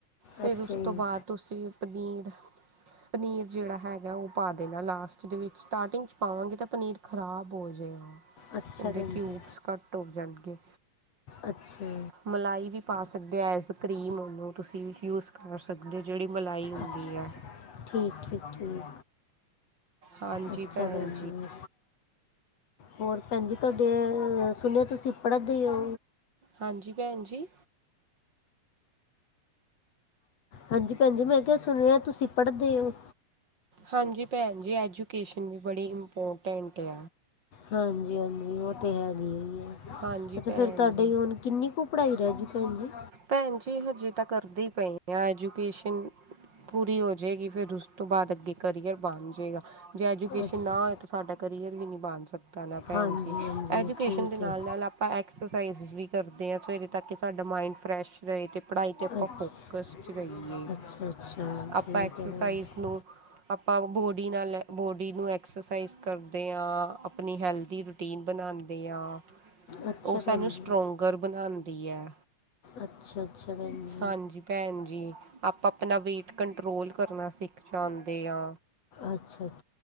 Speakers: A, on the right; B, on the left.
A: ਫੇਰ
B: ਅੱਛਾ
A: ਉਸ
B: ਜੀ
A: ਤੋਂ ਬਾਦ ਤੁਸੀ ਪਨੀਰ ਪਨੀਰ ਜੇੜਾ ਹੈਗਾ ਓ ਪਾ ਦੇਣਾ ਲਾਸਟ ਦੇ ਵਿੱਚ, ਸਟਾਰਟਿੰਗ ਚ ਪਾਵਾਂਗੇ ਤਾਂ ਪਨੀਰ ਖ਼ਰਾਬ ਹੋ ਜੇਗਾ,
B: ਅੱਛਾ
A: ਓਦੇ
B: ਭੈਣ
A: ਕਿਊਬਸ
B: ਜੀ
A: ਕੱਟ ਹੋ ਜਾਣਗੇ।
B: ਅੱਛਾ।
A: ਮਲਾਈ ਵੀ ਪਾ ਸਕਦੇ ਆ ਐਸਕ੍ਰੀਮ ਉਨੂੰ ਤੁਸੀਂ ਯੂਜ਼ ਕਰ ਅੱਗੇ ਜੇੜੀ ਮਲਾਈ ਹੁੰਦੀ
B: ਅੱਛਾ
A: ਆ
B: ਠੀਕ, ਠੀਕ, ਠੀਕ।
A: ਹਾਂਜੀ
B: ਅੱਛਾ,
A: ਭੈਣ
B: ਪੈਨ ਜੀ। ਹੋਰ ਪੈਣ ਜੀ ਤਾਡੇ ਸੁਨੇਆ ਤੁਸੀਂ ਪੜਦੇ ਓ?
A: ਹੰਜੀ, ਪੈਣ ਜੀ।
B: ਹੰਜੀ ਪੈਨ ਜੀ, ਮੈਂ ਕੇਯਾ ਸੁਨੇਆ ਤੁਸੀਂ ਪੜਦੇਓ?
A: ਹੰਜੀ ਪੈਨ ਜੀ, ਐਜੂਕੇਸ਼ਨ ਵੀ ਬੜੀ ਇਮਪੋਰਟੰਟ ਏ।
B: ਹਾਂਜੀ-ਹਾਂਜੀ, ਓ ਤੇ ਹੈਗੀ ਏ
A: ਹਾਂਜੀ
B: ਅੱਛਾ,
A: ਭੈਣ
B: ਫਿਰ ਤਾਡੇ
A: ਜੀ
B: ਹੁਣ ਕਿੰਨੀ ਕੁ ਪੜਾਈ ਰੈਗੀ, ਪੈਨ ਜੀ?
A: ਪੈਨ ਜੀ, ਹਜੇ ਤਾਂ ਕਰਦੀ ਪਈ ਆਂ ਐਜੂਕੇਸ਼ਨ ਪੂਰੀ ਹੋ ਜੇਗੀ, ਫਿਰ ਉਸ ਤੋਂ ਬਾਦ ਅੱਗੇ ਕਰੀਅਰ ਬਣ ਜੇਗਾ। ਜੇ ਐਜੂਕੇਸ਼ਨ
B: ਅੱਛਾ
A: ਨਾ
B: ਜੀ
A: ਹੋਏ ਤਾਂ ਸਾਡਾ ਕਰੀਅਰ ਵੀ ਨਈ ਬਣ ਸਕਦਾ ਨਾ ਪੈਣ
B: ਹਾਂਜੀ
A: ਜੀ,
B: ਹਾਂਜੀ
A: ਐਜੂਕੇਸ਼ਨ
B: ਠੀਕ
A: ਦੇ ਨਾਲ-ਨਾਲ
B: ਹੈ
A: ਅਪ ਆਪਾਂ ਐਕਸਰਸਾਈਜ਼ ਵੀ ਕਰਦੇ ਆ ਸਵੇਰੇ ਤੱਕ, ਕਿ ਸਾਡਾ ਮਾਇੰਡ ਫਰੈਸ਼ ਰਏ ਤੇ ਪੜਾਈ ਤੇ ਆਪਾਂ
B: ਅੱਛਾ
A: ਫੋਕਸ 'ਚ ਰਈਏ।
B: ਅੱਛਾ ਅੱਛਾ
A: ਆਪਾਂ
B: ਠੀਕ
A: ਐਕਸਸਾਈਜ਼
B: ਹੈ ਭੈਣ ਜੀ
A: ਨੂੰ, ਆਪਾਂ ਬੋਡੀ ਨਾਲ ਬੋਡੀ ਨੂੰ ਐਕਸਰਸਾਈਜ਼ ਕਰਦੇ ਆ, ਅਪਨੀ ਹੈਲਦੀ ਰੂਟੀਨ ਬਣਾਨੇ ਆ।
B: ਅੱਛਾ
A: ਓ
B: ਭੈਣ
A: ਸਾਨੂੰ ਸਟਰੋਂਗਰ
B: ਜੀ
A: ਬਣਾਂਦੀ ਐ।
B: ਅੱਛਾ-ਅੱਛਾ ਭੈਣ ਜੀ।
A: ਹਾਂਜੀ ਭੈਣ ਜੀ, ਆਪਾਂ ਆਪਣਾ ਵੇਟ ਕੰਟਰੋਲ ਕਰਨਾ ਸਿੱਖ ਜਾਂਦੇ ਆ।
B: ਅੱਛਾ-ਅੱਛਾ।